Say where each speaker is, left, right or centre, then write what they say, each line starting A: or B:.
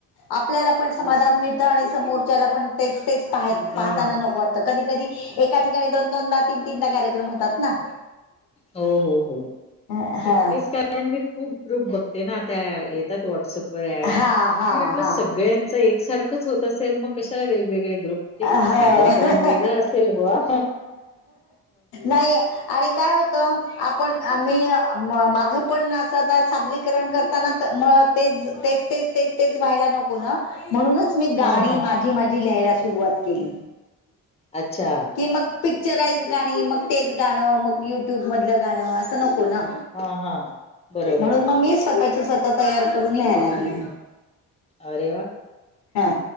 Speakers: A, on the left; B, on the left.
A: आपल्यांला पणं समाधान
B: हां.
A: मिळतं आणि समोरच्याला पण तेच तेच पहाय
B: हां.
A: पाहताना न को वाटतं कधी कधी एका ठिकाणी दोन दोनदा तीन तीनदा कार्यक्रम होतात ना.
B: हो हो हो.
A: अ हा.
B: तेच कारण मी खूप पग्रुप बघते ना. आता येतात व्हॉट्सअपवर ऍड.
A: हा
B: मी म्हटलं
A: हा
B: सगळ्यांच एकसारखंच होत असेल मग? कशाला वेगवेगळे ग्रुपचे
A: हा हो
B: सादरीकरण वेगळं असेल बा?
A: नाही आणि काय होतं आपण आ मी माझं पण असं सादरीकरण करताना मग तेच तेच तेच तेच तेच व्हायला नको ना म्हणूनच मी गाणी
B: हां. हां.
A: माझी माझी लिहायला सुरुवात केली.
B: अच्छा.
A: कि मग पिक्चराइज गाणी, मग तेच गाणं मग युट्यूब मधलं गाणं, असं नको ना.
B: हां, हां. बरोबर.
A: म्हणून मग मी स्वतःच्या स्व तः तयार करून लिहाय लागले
B: अरे वा!
A: हा.